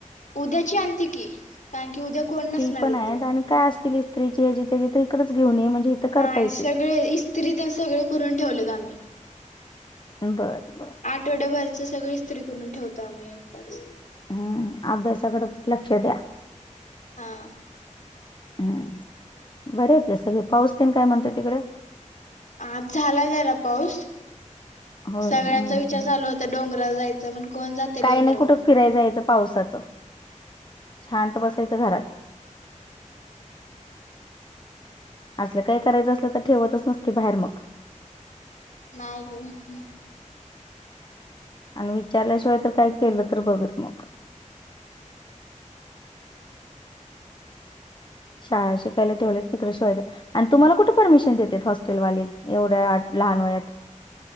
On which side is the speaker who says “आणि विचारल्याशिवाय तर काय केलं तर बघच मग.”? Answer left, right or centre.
Left